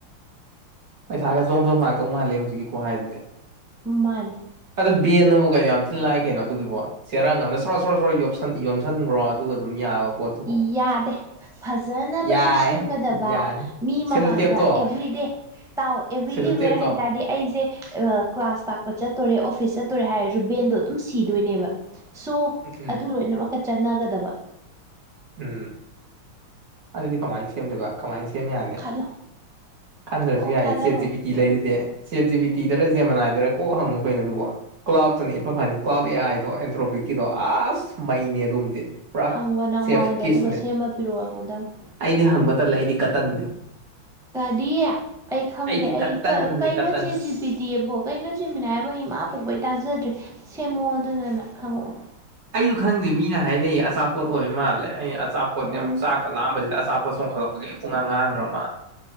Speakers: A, on the right (about 55°); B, in the centre.
A: ꯄꯩꯁꯥꯒ ꯖꯣꯝ ꯖꯣꯝ ꯂꯥꯛꯇꯧ ꯃꯥꯂꯦ ꯍꯧꯖꯤꯛꯀꯤ ꯈꯨꯍꯥꯏꯗꯨꯗꯤ
B: ꯃꯥꯅꯦ
A: ꯑꯗꯣ ꯕꯦꯟꯅꯕꯨ ꯀꯩꯅꯣ ꯌꯥꯝ ꯊꯤꯅ ꯂꯥꯛꯏ ꯀꯩꯅꯣ ꯑꯗꯨꯒꯤꯕꯣ ꯆꯦꯔꯥꯡ ꯑꯝꯗ ꯁꯣꯔꯣ ꯁꯣꯔꯣ ꯁꯔꯣ ꯌꯣꯝꯁꯟ ꯌꯣꯝꯁꯟꯈꯒ꯭ꯔꯣ ꯑꯗꯨꯒ ꯑꯗꯨꯝ ꯌꯥꯕ ꯄꯣꯠꯇꯨꯕꯨ
B: ꯏꯌꯥꯗꯦ ꯐꯖꯅꯕꯁꯨ
A: ꯌꯥꯏ
B: ꯁꯦꯝꯒꯗꯕ
A: ꯌꯥꯅꯤ
B: ꯃꯤ ꯃꯃꯥꯡꯗ
A: ꯁꯦꯂꯨ ꯇꯦꯞꯇꯣ
B: ꯑꯦꯕ꯭ꯔꯤꯗꯦ꯫ ꯇꯥꯎ ꯑꯦꯕ꯭ꯔꯤꯗꯦ
A: ꯁꯦꯂꯨ
B: ꯋꯦꯌꯔ
A: ꯇꯦꯞꯇꯣ
B: ꯍꯥꯏꯇꯥ ꯍꯥꯏꯗꯤ ꯑꯩꯖ‌ꯦ ꯑ ꯀ꯭ꯂꯥꯁ ꯇꯥꯛꯄ ꯆꯠꯇꯣꯔꯦ ꯑꯣꯐꯤꯁ ꯆꯠꯇꯣꯔꯦ ꯍꯥꯏꯔꯖꯨ ꯕꯦꯟꯗꯣ ꯑꯗꯨꯝ ꯁꯤꯗꯣꯏꯅꯦꯕ꯫ ꯁꯣ
A: ꯎꯝ ꯎꯝ
B: ꯑꯗꯨ ꯂꯣꯏꯅꯃꯛꯇ ꯆꯠꯅꯒꯗꯕ꯫
A: ꯎꯝ ꯑꯗꯨꯗꯤ ꯀꯃꯥꯏꯅ ꯁꯦꯝꯗꯣꯏꯕ꯫ ꯀꯃꯥꯏꯅ ꯁꯦꯝ ꯌꯥꯒꯦ
B: ꯈꯜꯂꯣ
A: ꯈꯟꯗ꯭ꯔꯁꯨ
B: ꯀꯣꯛ
A: ꯌꯥꯏꯌꯦ
B: ꯊꯥꯗꯔꯛꯑꯣ
A: ꯆꯦꯖꯤꯄꯤ ꯇꯤ ꯂꯩꯗꯨꯗꯤ ꯆ‌ꯦꯠ ꯖꯤꯕꯤ ꯇꯤꯗꯔ ꯖꯦꯃ ꯅꯥꯏꯗꯔ ꯀꯣꯛ ꯍꯪꯉꯨꯀꯩꯅꫭ ꯑꯗꯨꯕꫭ ꯀ꯭ꯂꯥꯎꯇꯅ ꯏꯐ ꯐꯅꯤ꯫ ꯀ꯭ꯂꯥꯎ ꯑ‌ꯦ ꯑꯥꯏꯗꯣ ꯑꯦꯟꯇ꯭ꯔꯣꯄꯤꯛꯀꯤꯗꯣ ꯑꯁ ꯃꯩꯅꯤ ꯑꯗꯨꯝꯗꯤ ꯄꯨꯔꯥ
B: ꯍꯪꯉꯣ ꯅꯪ
A: ꯆꯦꯐ
B: ꯃꯉꯣꯟꯗ
A: ꯀꯤꯁꯅꯦ
B: ꯑꯗꯨꯒ ꯁꯦꯝꯃ ꯄꯤꯔꯑꯣ ꯑꯩꯉꯣꯟꯗ ꯑꯃꯨꯛ꯫
A: ꯑꯩꯗꯤ ꯍꯪꯕ ꯇꯜꯂ‌ꯦ ꯑꯩꯗꯤ ꯀꯇꯟꯅꯤ꯫
B: ꯀꯔꯤ ꯑꯩ ꯈꯪꯗꯦ
A: ꯑꯩꯗꯤ
B: ꯑꯩ
A: ꯀꯇꯟꯅꯦ
B: ꯀ ꯀꯩꯅꯣ
A: ꯀꯇꯟ
B: ꯆꯦꯠꯖꯤ ꯄꯤ ꯗꯤ ꯑꯦꯕꯣ ꯀꯩꯅꯣ ꯖꯦꯃꯤꯅꯥꯏ ꯍꯥꯏꯕꯣ ꯏꯃꯥ ꯄꯣꯛꯄꯩ ꯇꯥꯖꯗ꯭ꯔꯤ ꯁꯦꯝꯃꯛꯑꯣ ꯑꯗꯨꯅꯅ ꯅꯪ ꯍꯪꯉꯛꯑꯣ꯫
A: ꯑꯩꯁꯨ ꯈꯪꯗꯦ ꯃꯤꯅ ꯍꯥꯏꯅꯩꯌꯦ ꯑꯆꯥꯄꯣꯠ ꯑꯣꯏꯕ ꯃꯥꯜꯂꯦ ꯑꯩ ꯑꯆꯥꯄꯣꯠ
B: ꯎꯝ
A: ꯌꯥꯝ ꯆꯥꯛꯀ ꯂꯥꯝꯕꯁꯤꯗ ꯑꯆꯥꯄꯣꯠ ꯆꯣꯡꯈꯠꯂꯛꯄꯒꯤ ꯑꯩ ꯄꯨꯡꯉꯥꯡ ꯉꯥꯡꯈ꯭ꯔ ꯃꯥꯟꯂꯦ꯫